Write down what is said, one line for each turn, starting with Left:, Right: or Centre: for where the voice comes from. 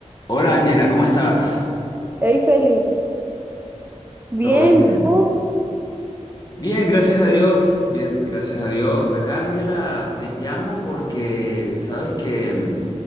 Left: Hola Ángela, ¿cómo estás?
Right: Hey Félix, bien,
Left: ¿Todo bien?
Right: ¿tú?
Left: Bien, gracias a Dios. Bien, gracias a Dios. Acá Ángela, te llamo porque sabes que mm,